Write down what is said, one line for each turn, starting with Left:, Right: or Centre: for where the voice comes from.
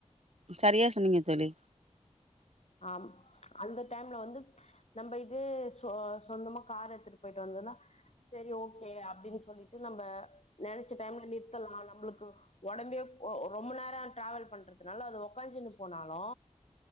Right: சரியா சொன்னீங்க தோழி
Left: ஆம் அந்த டைம்ல வந்து நம்ம இதே சொந்தமா கார் எத்துட்டு போயிட்டு வந்தன்னா செரி ஓகே அப்டின்னு சொல்லிட்டு நம்ப நெனைச்ச டைம்ல நிறுத்தலா நம்பளுக்கு ஒடம்பே ரொம்ப நேரோ டிராவல் பண்றதுனால அது உக்காசின்னு போனாலு